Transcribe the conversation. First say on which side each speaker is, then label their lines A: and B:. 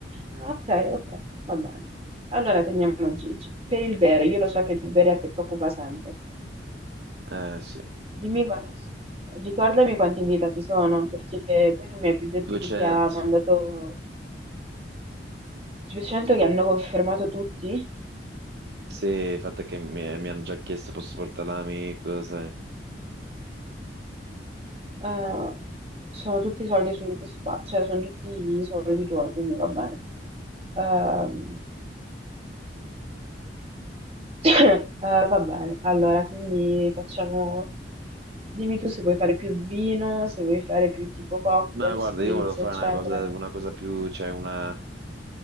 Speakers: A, on the right; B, on the right.
A: eh, ok, ok, va bene. Allora teniamo Gigi. Per il bere, io lo so che il bere a te preoccupa sempre.
B: Eh sì,
A: Dimmi quanti... Ricordami quanti invitati sono, perché poi non mi hai più detto
B: 200.
A: chi ti ha mandato... Ti sento che hanno confermato tutti?
B: Sì, il fatto è che mi, mi hanno già chiesto posso portare l'amico, sai.
A: Eh, sono tutti soldi sulle tue spalle, cioè sono tutti i soldi tuoi, quindi va bene. Ehm, Eh, va bene, allora, quindi facciamo... Dimmi tu se vuoi fare più vino, se vuoi fare più tipo cocktail,
B: Ma guarda,
A: spritz,
B: io volevo fare
A: eccetera.
B: una cosa, una cosa più, cioè una,